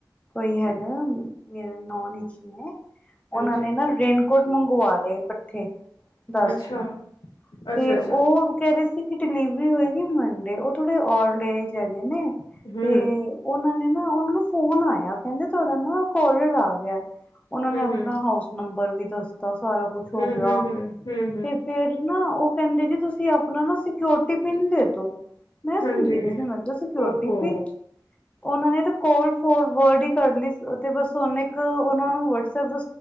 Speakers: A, on the left; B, on the left.
A: ਕੋਈ ਹੈਗਾ
B: ਹੂੰ
A: ਮੇਰੇ ਨੋਨ ਇਚ ਈ ਨੇ। ਉਹਨਾਂ
B: ਹਾਂਜੀ
A: ਨੇ ਨਾ ਰੇਨਕੋਟ ਮੰਗਵਾ ਲਏ ਇਕੱਠੇ ਦਸ
B: ਅੱਛਾ
A: ਕੁ
B: ਅੱਛਾ
A: ਤੇ
B: ਅੱਛਾ
A: ਉਹ ਕਹਿ ਰਹੇ ਸੀ। ਕਿ ਡਿਲੀਵਰੀ ਹੋਏਗੀ ਮੰਡੇ ਉਹ ਥੋੜੇ ਓਲਦ ਐਜ ਹੈਗੇ ਨੇ
B: ਹੂੰ
A: ਤੇ ਉਹਨਾਂ ਨੇ ਨਾ ਉਹਨਾਂ ਨੂੰ ਫੋਨ ਆਇਆ ਕਹਿੰਦੇ ਤੁਹਾਡਾ ਨਾ ਕੋਰੀਅਰ ਆਇਆ ਹੈ। ਉਹਨਾਂ
B: ਹੂੰ
A: ਨੇ ਆਪਣਾ
B: ਹੂੰ
A: ਹਾਊਸ ਨੰਬਰ ਵੀ ਦੱਸਤਾ ਸਾਰਾ ਕੁਛ ਹੋ
B: ਹੂੰ
A: ਗਿਆ।
B: ਹੂੰ ਹੂੰ ਹੂੰ ਹੂੰ
A: ਤੇ ਫਿਰ ਨਾ ਉਹ ਕਹਿੰਦੇ ਜੀ ਤੁਸੀਂ ਆਪਣਾ ਨਾ ਸਿਓਰਟੀ ਪਿੰਨ ਦੇ ਦੋ। ਮੈਂ ਸੁਣਦੀ
B: ਹਾਂਜੀ
A: ਵੀ ਸੀ ਮਤਲਬ ਸਿਓਰਟੀ
B: ਓਹੋ
A: ਪਿਨ। ਉਹਨਾਂ ਨੇ ਤਾਂ ਕੋਲ ਫੋਰਵਰਡ ਕਰਲੀ ਤੇ ਬਸ ਨ ਇੱਕ ਉਹਨਾ ਨੂੰ ਵਟਸਪ ਦਾ